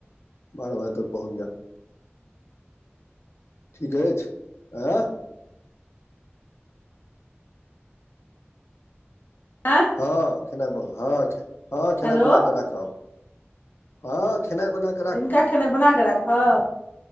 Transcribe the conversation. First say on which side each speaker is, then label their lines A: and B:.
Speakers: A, on the left (about 80°); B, on the left (about 45°).
A: बारह बजे तक पहुँच जाउ। ठीक अछि आँय।
B: आँ।
A: हँ हँ हँ। खेनाइ
B: हेलो
A: बना कऽ राखब। हँ खेना बना क।
B: दिनका खेनाइ बना कऽ राखब